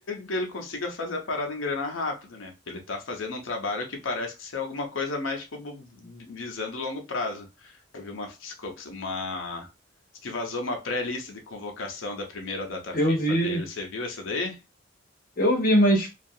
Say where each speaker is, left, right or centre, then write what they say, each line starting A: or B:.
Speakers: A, on the left (about 85°); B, on the left (about 45°).
A: ele consiga fazer a parada engrenar rápido, né? Porque ele tá fazendo um trabalho que parece que ser alguma coisa mais tipo bu- visando longo prazo. Eu vi uma, psico- uma diz que vazou uma pré-lista de convocação da primeira data
B: Eu
A: FIFA
B: vi,
A: dele. Você viu essa daí?
B: eu vi, mas